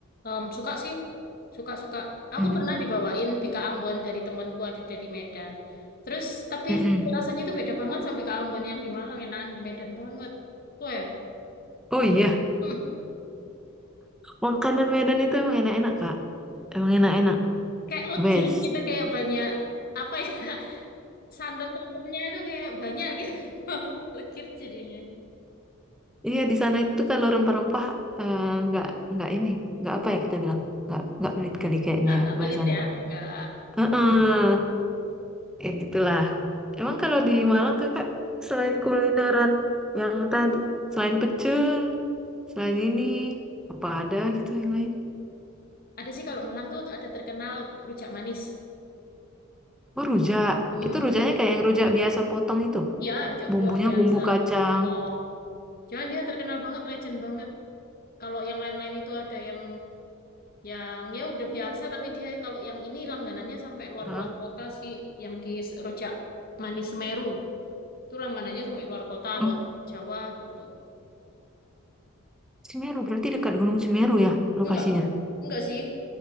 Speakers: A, on the left; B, in the centre.
A: em, suka sih, suka-suka. Aku
B: Mm.
A: pernah dibawain bika Ambon dari temanku ada dari Medan. Terus tapi
B: Mm-mm.
A: rasanya itu beda banget sama bika Ambon yang di Malang, enakan di Medan banget. Swear.
B: Oh iya,
A: Hmm,
B: makanan Medan itu emang enak-enak, Kak. Emang enak-enak.
A: kayak legi
B: Best.
A: gitu, kayak banyak apa ya <laughs> santan-santannya itu kayak banyak gitu. <laughs> Legit jadinya.
B: Iya, di sana itu kalau rempah-rempah eh, nggak nggak ini, nggak apa ya kita bilang, nggak nggak pelit kali kayaknya
A: Nggak,
B: ya
A: nggak pelit
B: bahasanya.
A: ya, nggak.
B: Heeh. Ya gitulah. Emang kalau di Malang kakak selain kulineran yang tadi, selain pecel, selain ini apa ada gitu yang lain?
A: Ada sih kalau Malang tuh ada terkenal rujak manis.
B: Oh rujak.
A: Hmm.
B: Itu rujaknya kayak yang rujak biasa potong itu.
A: Ya, rujak
B: Bumbunya
A: buah biasa.
B: bumbu kacang.
A: Oh, Cuman dia terkenal banget, legend banget. Kalau yang lain-lain itu ada yang yang ya udah biasa, tapi dia kalau yang ini langganannya sampai luar-luar
B: Hah?
A: kota sih, yang di Rojak Manis Semeru. Itu langganannya sampai luar kota,
B: Hmm,
A: luar Jawa gitu.
B: Semeru berarti dekat Gunung Semeru ya lokasinya.
A: Enggak, enggak sih.